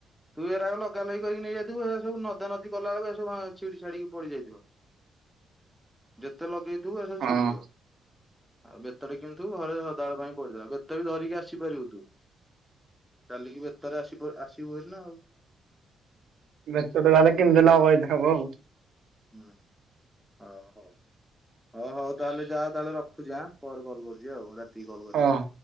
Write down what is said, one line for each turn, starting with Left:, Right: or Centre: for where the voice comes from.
Centre: ତୁ ଏଇରାକ ଲଗା ଲଗି କରିକି ନେଇଯାଇଥୁଵୁ ଏରାସବୁ ନଦା ନଦୀ କଲା ଵେଳୁକୁ ଏ ସବୁ ହଁ ଛିଡି ଛାଡିକି ପଡିଯାଇଥିବ। ଯେତେ ଲଗେଇଥିବୁ ହେସବୁ
Right: ହଁ।
Centre: ଛିଡିଯିବ। ଆଉ ବେତ ଟେ କିଣିଥିବୁ ଘରେ ସଦାଵେଳ ପାଇଁ ପଡିଥିଲା, ବେତ ବି ଧରିକି ଆସିପାରିବୁ ତୁ। ଚାଲିକି ବେତରେ ଆସିପ ଆସିବୁଭାରି ନା ଆଉ।
Right: ବେତଟେ ଯାହେଲେ କିଣିଦେନେ ହବ ଏଇଠେ ହବ ଆଉ।
Centre: ହୁଁ ହ ହଉ। ହ ହଉ ତାହେଲେ ଯା ତାହେଲେ ରଖୁଛି ଆ ପରେ କଲ କରୁଛି ଆଉ ରାତିକି କଲ୍ କରିବି
Right: ହଁ।
Centre: ଆଉ।